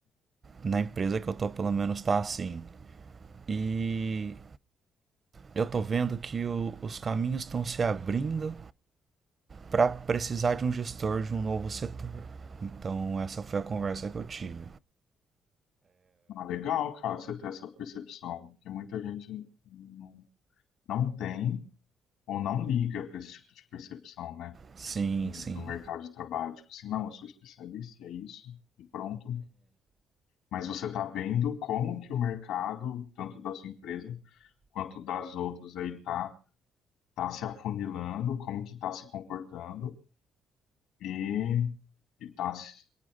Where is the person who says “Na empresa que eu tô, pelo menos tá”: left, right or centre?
Right